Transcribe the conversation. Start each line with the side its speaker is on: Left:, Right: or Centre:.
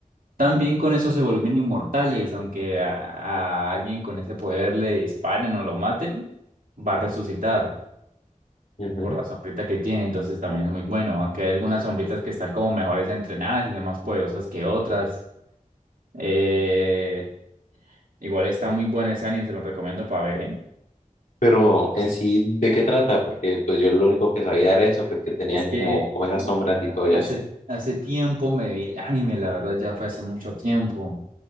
Right: También con eso se vuelven inmortales, aunque a, a alguien con ese poder le disparen o lo maten, va a resucitar.
Left: ujú.
Right: por la sombrita que tiene, entonces también es muy bueno, aunque hay algunas sombritas que están como mejores entrenadas y son más poderosas que otras. Eh, igual está muy bueno ese anime, se lo recomiendo para ver, ¿eh?
Left: Pero en sí, ¿de qué trata? Porque pues yo lo único que sabía era eso, pues que tenían
Right: Es que
Left: como, como esas sombras y todo eso,
Right: hace, hace tiempo me vi el anime, la verdad ya fue hace mucho tiempo.